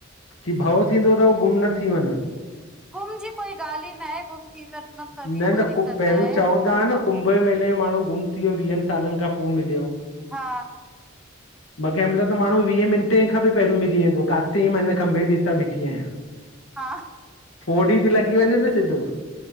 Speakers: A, on the left; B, in the centre.
A: की भउ थींदो थव गुम न थी वञा।
B: गुम जी कोई ॻाल ई नाहे गुम थी वेंदमि त बि
A: न
B: कोई
A: न
B: दिक़त
A: कु पहिरियों
B: आहे
A: चवंदा
B: मिली वेंदमि
A: हुआ न कुंभ मेले जो माण्हू गुम थी वियो वीहनि सालनि खां पो मिलियो
B: हा
A: ब कें मेल माण्हू वीह मिंटे खां बि पहिरियों मिली वेंदो काथे मां हिन खंबे ते हितां बीठी आहियां।
B: हा
A: फोर डी ते लॻी वञे न सिधो